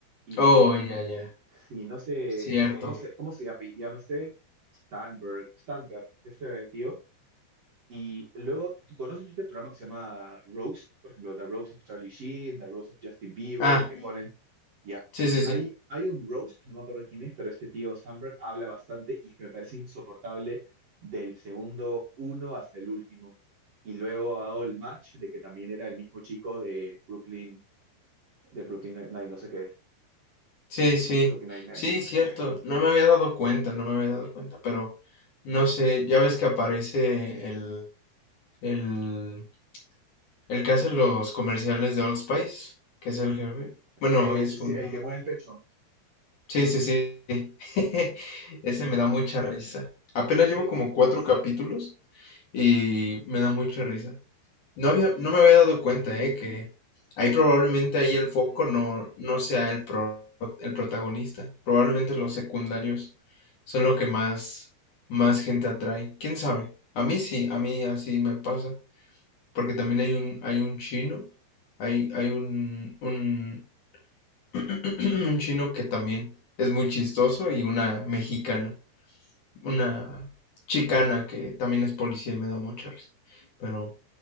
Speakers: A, on the right; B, on the left.
A: Y
B: Oh, ya, ya,
A: si no sé,
B: cierto.
A: ¿cómo se, cómo se llama? Llama este Stanberg, Stanberg, este tío, Y luego, ¿tú conoces este programa que se llama Roast? Por ejemplo, The Roast of Charlie Sheen, The Roast of Justin Bieber,
B: Ah,
A: que ponen, ya,
B: sí, sí,
A: hay,
B: sí,
A: hay un roast, no me acuerdo quién es, pero este tío Sandberg habla bastante y es que me parece insoportable del segundo uno hasta el último. Y luego hago el match de que también era el mismo chico de Brooklyn, de Brooklyn Nine-Nine, no sé qué,
B: sí, sí,
A: de Brooklyn Nine-Nine.
B: sí, cierto. No me había dado cuenta, no me había dado cuenta, pero no sé, ya ves que aparece el, el, el que hace los comerciales de Old Spice, que es el jefe. Bueno,
A: El,
B: es
A: sí,
B: un...
A: el que mueve el pecho.
B: Sí, sí, sí. <laughs> Ese me da mucha risa. Apenas
A: Sí,
B: llevo como cuatro capítulos y me da mucha risa. No había, no me había dado cuenta, eh, que ahí probablemente ahí el foco no, no sea el pro- el protagonista. Probablemente los secundarios son lo que más, más gente atrae. ¿Quién sabe? A mí sí, a mí así me pasa. Porque también hay un, hay un chino, hay, hay un, un, <clears throat> un chino que también es muy chistoso y una mexicana, una chicana que también es policía y me da mucha risa. Pero